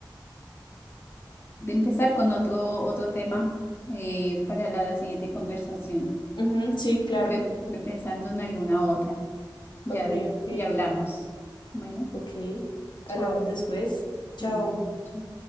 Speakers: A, on the left; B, on the left.
A: de empezar con otro, otro tema eh, para la siguiente conversación.
B: ujú, sí, claro.
A: Ve, ve pensando en alguna otra. Ya,
B: Ok, ok,
A: ya hablamos. Bueno,
B: ok. Hablamos
A: chao.
B: después. Chao.
A: Bueno, chao.